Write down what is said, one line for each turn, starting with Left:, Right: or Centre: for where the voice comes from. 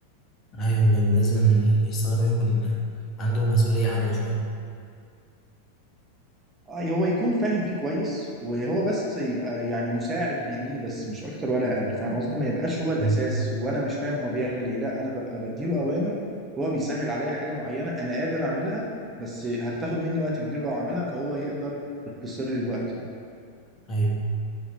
Left: ايوه بجد لازم السلام يكون عنده مسؤوليه عاليه شويه
Right: آه، هو يكون فاهم فيه كويس وهو بس يبقى يعني مساعد بي- ليه بس مش اكتر ولا اقل فاهم قصدي ما يبقاش هو الاساس
Left: أمم.
Right: وانا مش فاهم هو بيعمل ايه لا انا ببقى بديله اوامر هو بيسهل عليا حاجة معينة انا قادر اعملها بس هتاخد مني وقت كبير لو عملها فهو يقدر يختصر لي الوقت ده
Left: ايوه